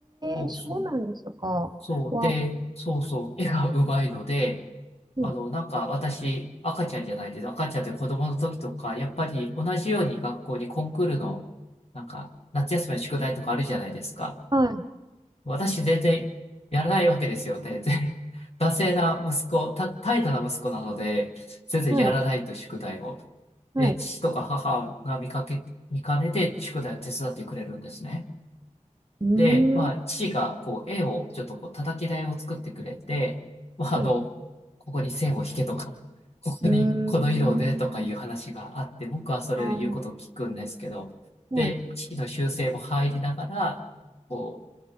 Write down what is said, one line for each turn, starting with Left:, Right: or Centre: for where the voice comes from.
Left: そうそう。
Right: えそうなんですか。
Left: そう。
Right: は、
Left: で、そうそう。絵がうまいので、
Right: うん
Left: あの、なんか私、赤ちゃんじゃないです。赤ちゃんって子供の時とか、やっぱり同じように学校にコンクールの、なんか、夏休みの宿題とかあるじゃないですか。
Right: はい、
Left: 私、全然やらないわけですよね。で <laughs> 惰性な息子、た、怠惰な息子なので、全然やらないと宿題を。
Right: はい、はい。
Left: で、父とか母が見かけ、見かねて宿題を手伝ってくれるんですね。
Right: うー
Left: で、まあ、
Right: ん、
Left: 父が、こう、絵を、ちょっとこう、叩き台を作ってくれて、まあ、
Right: はい、
Left: あの、ここに線を引けとか、<laughs> ここに、
Right: うーん、
Left: この色をね、とかいう話があって、僕はそれを言うことを聞くんですけど、
Right: ああ、はい、
Left: で、父の修正も入りながら、こう、